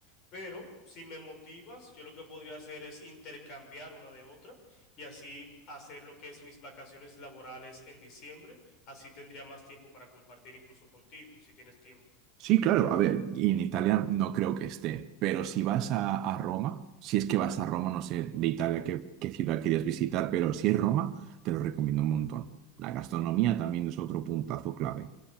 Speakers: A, on the left; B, on the right.
A: pero si me motivas, yo lo que podría hacer es intercambiar una de otra y así hacer lo que es mis vacaciones laborales en diciembre. Así tendría más tiempo para compartir incluso contigo, si tienes tiempo.
B: Sí, claro, a ver, y en Italia no creo que esté, pero si vas a, a Roma, si es que vas a Roma, no sé de Italia qué, qué ciudad quieres visitar, pero si es Roma, te lo recomiendo un montón. La gastronomía también es otro puntazo clave.